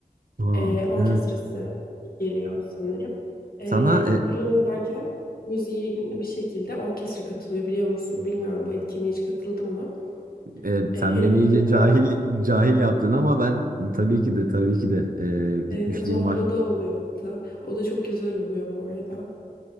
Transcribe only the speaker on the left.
e, orkestrası
geliyor sanırım. E,
film izlerken müziği bir şekilde orkestra katılıyor biliyor musun? Bilmiyorum bu etkinliğe hiç katıldın mı?
E,
Harry
Potter'da
falan
e, Zorlu'da
oluyor o da. O da çok güzel oluyor bu arada.